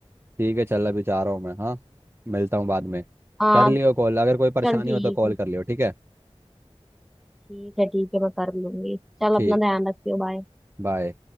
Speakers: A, on the right; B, in the centre.
A: ठीक है चल अभी जा रहा हूँ मैं हाँ मिलता हूँ बाद में
B: हाँ
A: कर लियो कॉल अगर कोई परेशानी
B: चल ठीक
A: हो तो कॉल
B: है
A: कर लियो ठीक है
B: ठीक है ठीक है मैं कर लूंगी चल
A: ठीक
B: अपना ध्यान रखियो बाय
A: बाय